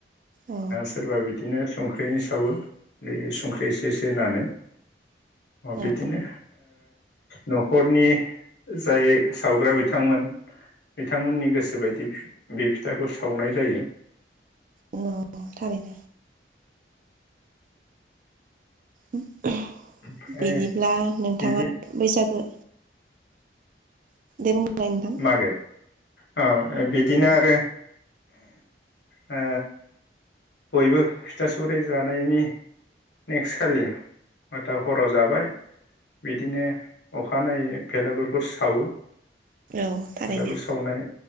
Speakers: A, on the right; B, on the left.
A: औ
B: सोरबा बिदिनो संख्रिनि सावो बे संख्रि इसे इसे होनानै अ
A: औ
B: बिदिनो न'खरनि जाय सावग्रा बिथांमोन बिथांमोननि गोसोबायदि बे फिथाखौ सावनाय जायो।
A: औ थारैनो <unintelligible>
B: ओमफ्राय
A: बिदिब्ला नोंथाङा
B: बिदि
A: बैसागो <unintelligible> दे नोंथां
B: मागो औ बिदिनो
A: औ
B: आरो। ओ बयबो फिथा सौराइ जानायनि नेक्स्ट खालि मथा हराव जाबाय बिदिनो अखाानायनायैै बेलागुरखौ सावो।
A: औ थारैनो
B: भेलागुर सावनाय